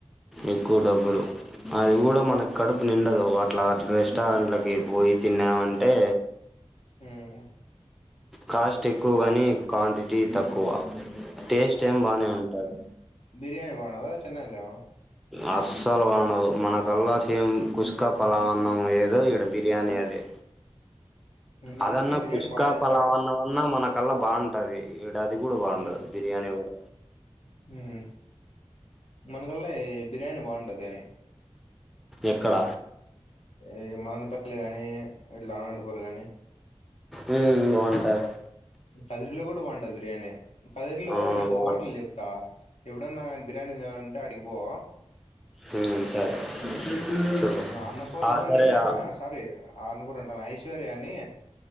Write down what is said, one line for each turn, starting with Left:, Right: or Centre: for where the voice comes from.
Centre: ఎక్కువ డబ్బులు అది కూడా
Left: ఉమ్.
Centre: మనకి కడుపు నిండదు అట్లా రెస్టారెంట్లకి పోయి తిన్నామంటే
Left: మ్మ్
Centre: కాస్ట్ ఎక్కువగాని క్వాంటిటీ తక్కువ టేస్ట్ ఏం బానే ఉంటాది.
Left: బిర్యాని బాగుండదా చెన్నైలో
Centre: అస్సలు బాగుండదు. మనకల్లా సేమ్ కుష్కా పలావన్నం ఏదో ఈడ బిర్యానీ అదే.
Left: ఉమ్, మన
Centre: అదన్నా
Left: పక్కన బిర్యానీ
Centre: కుష్కా
Left: బాగా చేస్తారు
Centre: పలావన్నం అన్నా మనకల్లా బాగుంటది. ఈడ అది కూడా బాగుండదు.
Left: అవునులే
Centre: బిర్యాని కూడ
Left: ఉమ్. మనకల్లా బిర్యానీ బాగుంటది కానీ
Centre: ఎక్కడ
Left: ఏ మదనపల్లి కానీ ఇట్లా అనంతపూర్ కానీ
Centre: మ్మ్ బాగుంటాది.
Left: కదిరీలో కూడా బాగుంటది బిర్యానీ కదిరిలో
Centre: ఆ!
Left: నీకు
Centre: బావుం
Left: ఓ హోటల్ చెప్తా ఎప్పుడన్నా బిర్యానీ తినాలంటే ఆటికిపో
Centre: మ్మ్ సరే చెప్పు.
Left: అన్నపూర్ణ
Centre: ఆ!
Left: అని
Centre: సరే ఆ!
Left: ఆహా సారీ అన్నపూర్ణ అంటన ఐశ్వర్య అని